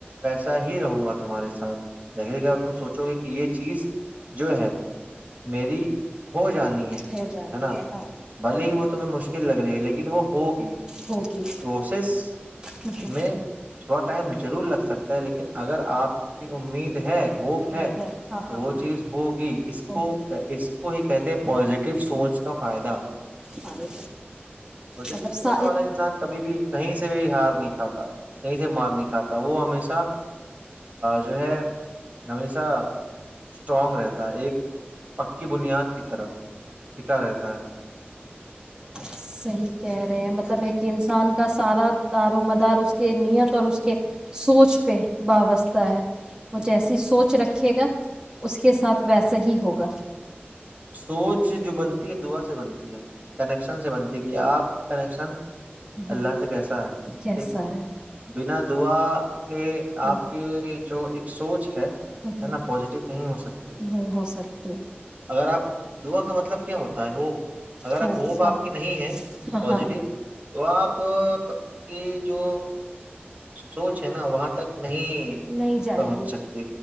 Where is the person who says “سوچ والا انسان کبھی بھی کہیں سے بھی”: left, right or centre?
Right